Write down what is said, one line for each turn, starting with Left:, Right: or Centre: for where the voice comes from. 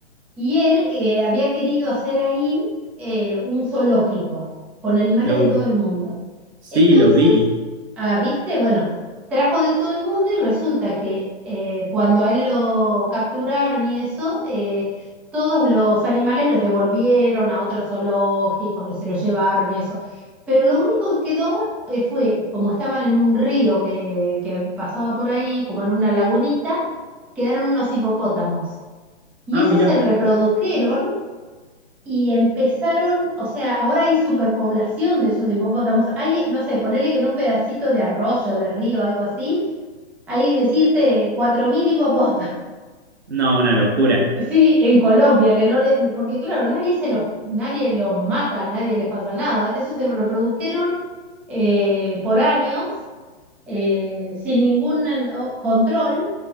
Centre: y él eh, había querido hacer ahí eh, un zoológico con animales
Right: lo,
Centre: de todo el mundo.
Right: sí,
Centre: Entonces
Right: lo vi.
Centre: Ah, ¿viste? Bueno, trajo de todo el mundo y resulta que eh, cuando a él lo capturaron y eso, eh, todos los animales los devolvieron a otros zoológicos, los- se los llevaron y eso. Pero lo único que quedó eh, fue, como estaban en un río que, que pasaba por ahí, como en una lagunita, quedaron unos hipopótamos. Y
Right: Ah,
Centre: esos
Right: mirá,
Centre: se reprodujeron y empezaron, o sea, ahora hay superpoblación de esos hipopótamos. Hay, no sé, ponele que en un pedacito de arroyo, de río, algo así, hay decirte 4.000 hipopótamos. <laughs>
Right: no, una locura.
Centre: Sí, en Colombia, que no le, porque claro, nadie se los, nadie los mata, nadie les pasa nada. Esos se reprodujeron eh, por años, eh, sin ningún o, control,